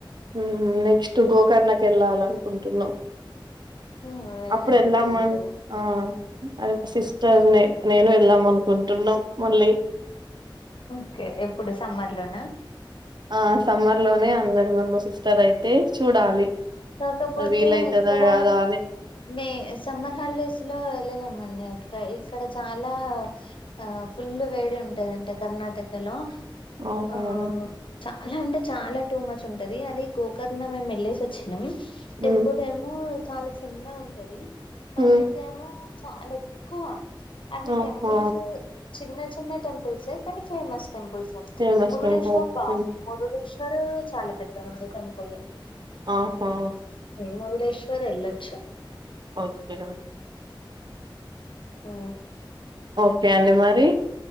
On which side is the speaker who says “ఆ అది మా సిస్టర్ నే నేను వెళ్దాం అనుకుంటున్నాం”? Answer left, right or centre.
Right